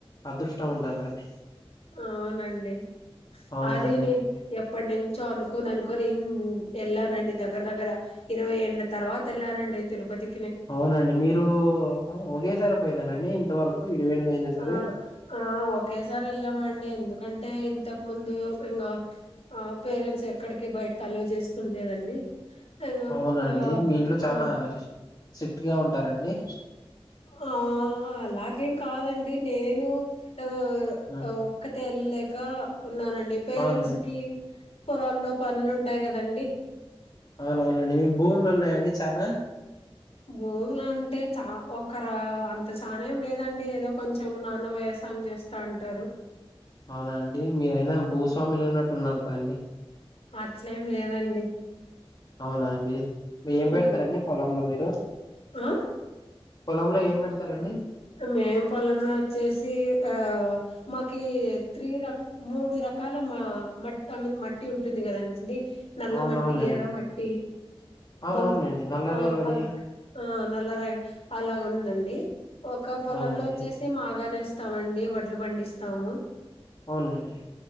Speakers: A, on the left (about 50°); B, on the left (about 85°).
A: అదృష్టం ఉండాలండి
B: అవునండి
A: అవునండి
B: అది నె ఎప్ ఇప్పటి నుంచో అనుకోని అనుకని ఎళ్ళానండి దగ్గర దగ్గర ఇరవై ఏండ్ల తర్వాత వెళ్ళానండి డి తిరుపతి
A: అవునండి మీరు ఒకేసారే పోయినారండి ఇంతవరకు ఇరవైళ్ళయినా సరే
B: ఆ ఆ ఓకే సార్ ఏళ్ళ మండి ఎందుకం టే ఇంతకు ముందు ఇంకా ఆ పేరెంట్స్ ఎక్కడికి బయటకి అలో చేస్తుండలేదండి ఇంగ
A: అవునా
B: ఆ
A: అండి మీ ఇంట్లో చాలా
B: ఆ
A: రిస్ స్ట్రిక్ట్ గా ఉంటారండి
B: ఆ అలాగేం కాదండి నేను అ
A: ఆ
B: ఒక్కతే వెళ్ళలేక ఉన్నానండి పేరెంట్స్
A: అవునులేండి
B: కి పొలాల్లో పనులు ఉంటాయి కదండి
A: అవునవునండి మీకు భూములు ఉన్నాయండి చానా
B: భూములంటే చ ఒకరు అంత చానా ఏం లేదండి ఏదో కొంచెం నాన్న వై వ్యసాయం చేస్తా అంటారు
A: అవునండి మీరైనా భూస్వామిలు ఉన్నట్టు ఉన్నారు కదండి
B: అట్లేం లేదండి
A: అవునా అండి మీ ఏం
B: ఉమ్.
A: పెడతారండి పొలంలో మీరు
B: ఆ
A: పొలంలో ఏం పెడతారండి
B: మేం పొలంలో వచ్చేసి ఆ మాకి త్రీ రక మూడు రక రకాల మట్ ఐ మీన్ మట్టి ఉంటుంది కాదండి నల్ల
A: అవునవునులేండి
B: మట్టి ఎర్ర మట్టి
A: అవునవునులేండి
B: బం
A: నల్లరేగడి
B: ఆ అలా ఆ నల్ల రాగడి అలాగ ఉందండి. ఒక పొలంలో
A: అవునండి
B: వచ్చేసి మాగానే వేస్తామండి వడ్లు పండిస్తాము.
A: అవునులేండి.